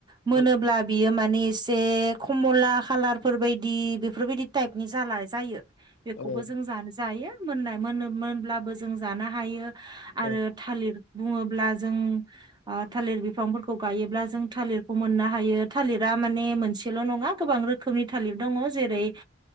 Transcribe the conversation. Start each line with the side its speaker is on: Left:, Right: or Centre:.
Right: मोनोल्बा
Left: औ
Right: बियो माने एसे खमला खालार फोर बायदि। बेफोर बादि ताएफनि जाना जायो बेखौवबो
Left: औ
Right: जो जानोहायो मोनाय मोनो मोनल्बा बो जों जानो हायो
Left: औ
Right: आरो थालिर बुङोल्बा जों थालिर बिफांफोर खौव गायोब्ला जों थालिरखौ मोननो हायो थालिरा माने मोनसेल' नङा गोबां रोखोमनि थालिर। दङ जेरै